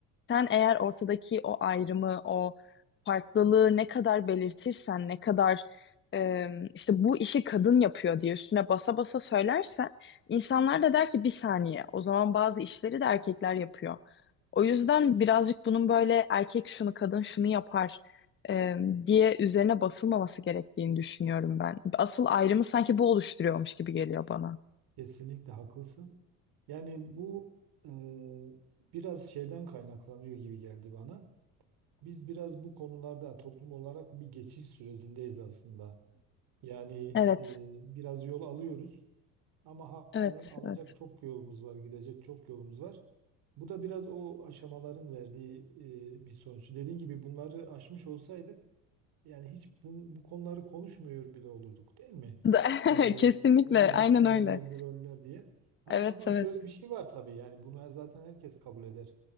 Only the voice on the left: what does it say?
sen eğer ortadaki o ayrımı, o farklılığı ne kadar belirtirsen, ne kadar e, işte bu işi kadın yapıyor diye üstüne basa basa söylersen, insanlar da der ki bir saniye, o zaman bazı işleri de erkekler yapıyor. O yüzden birazcık bunun böyle erkek şunu, kadın şunu yapar e, diye üzerine basılmaması gerektiğini düşünüyorum ben. Asıl ayrımı sanki bu oluşturuyormuş gibi geliyor bana.
Evet,
evet,
evet.
<laughs>
Kesinlikle,
aynen
öyle.
Evet,
evet.